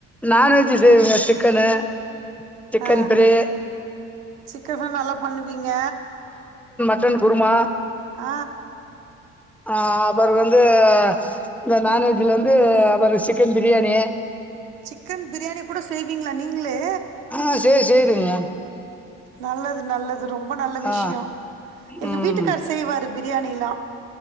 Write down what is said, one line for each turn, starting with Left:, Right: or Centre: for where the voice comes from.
Centre: நான்வெஜ் செய்வேங்க சிக்கனு சிக்கன்
Right: அ
Centre: ஃப்ரை
Right: சிக்கர்லா நல்லா பண்ணுவீங்க
Centre: சிக்கன் குருமா
Right: அ
Centre: அ அப்பறோ வந்து இந்த நான்வெஜ்ல வந்து அப்பறோ சிக்கன் பிரியாணி
Right: சிக்கன் பிரியாணி கூட செய்வீங்ளா நீங்களே
Centre: அ செய்வெ செய்யூறங்க
Right: நல்லது நல்லது ரொம்ப நல்ல
Centre: ஆ
Right: விஷ்யோ எங்க
Centre: ம்
Right: வீட்டுக்காரர் செய்வாரு பிரியாணில்லா